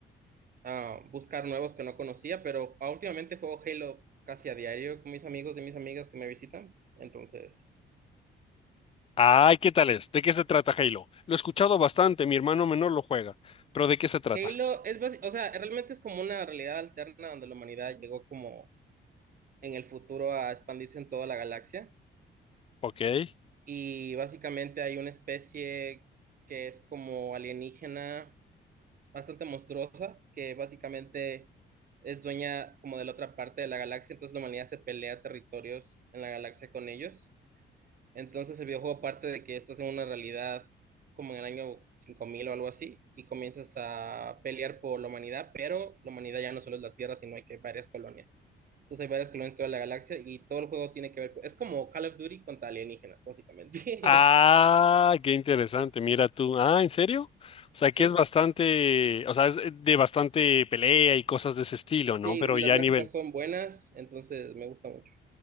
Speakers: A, on the right; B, on the left.
A: ah, buscar nuevos que no conocía, pero ah, últimamente juego Halo casi a diario con mis amigos y mis amigas que me visitan. Entonces,
B: Ay, ¿qué tal es? ¿De qué se trata Halo? Lo he escuchado bastante, mi hermano menor lo juega, pero ¿de qué se trata?
A: Halo es basi- o sea, realmente es como una realidad alterna donde la humanidad llegó como en el futuro a expandirse en toda la galaxia.
B: Ok.
A: y básicamente hay una especie que es como alienígena bastante monstruosa, que básicamente es dueña como de la otra parte de la galaxia, entonces la humanidad se pelea territorios en la galaxia con ellos. Entonces el videojuego parte de que estás en una realidad como en el año 5000 o algo así, y comienzas a pelear por la humanidad, pero la humanidad ya no solo es la Tierra, sino hay que varias colonias. Entonces hay varias colonias en toda la galaxia y todo el juego tiene que ver con... Es como Call of Duty contra alienígenas, básicamente.
B: Ah,
A: <laughs>
B: qué interesante,
A: Sí,
B: mira tú. Ah, ¿en serio? O sea,
A: sí,
B: que es bastante, o sea, es de bastante pelea y cosas de ese estilo,
A: sí,
B: ¿no? Pero
A: y
B: ya
A: las gráficas
B: a nivel.
A: son buenas, entonces me gusta mucho.